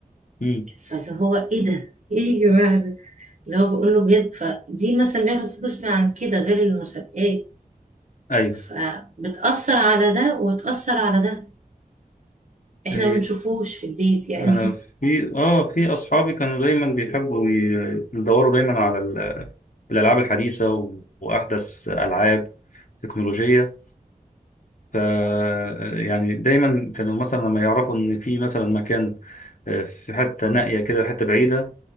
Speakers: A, on the left; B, on the right.
A: مم.
B: فاللي هو ايه ده ايه يا جماعه اللي هو بقول له بجد فدي مثلا بياخد فلوس من عن كده غير المسابقات
A: ايوه
B: فبتأثر على ده وبتأثر على ده احنا
A: إيه.
B: ما بنشوفوش في البيت يعني
A: انا في اه في اصحابي كانوا دايما بيحبوا ي- يدوروا دايما على ال- الالعاب الحديثه و- واحدث العاب تكنولوجيه ف يعني دايما كانوا مثلا لما يعرفوا ان في مثلا مكان آه، في حته نائيه كده حته بعيده